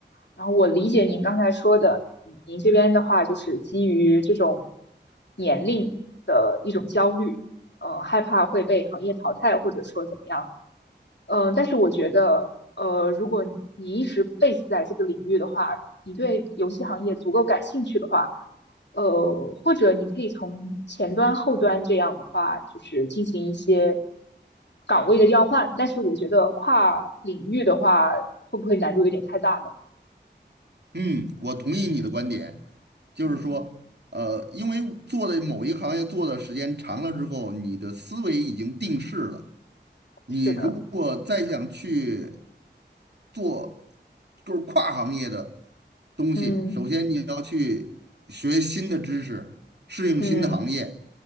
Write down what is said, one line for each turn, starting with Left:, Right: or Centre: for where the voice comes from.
Left: 然后我理解您刚才说的，您您这边的话就是基于这种年龄的一种焦虑，呃，害怕会被行业淘汰，或者说怎么样。嗯呃，但是我觉得，呃，如果你你一直 base 在这个领域的话，你对游戏行业足够感兴趣的话，呃，或者你可以从前端、后端这样的话，就是进行一些岗位的调换。但是我觉得跨领域的话，会不会难度有点太大呢？
Right: 嗯，我同意你的观点，就是说，
Left: 嗯，
Right: 呃，因为做的某一行业做的时间长了之后，你的思维已经定势了。你如果再想去
Left: 是的，
Right: 做就是跨行业的东西，
Left: 嗯
Right: 首先你要去学新的知识，适应新的行业。
Left: 嗯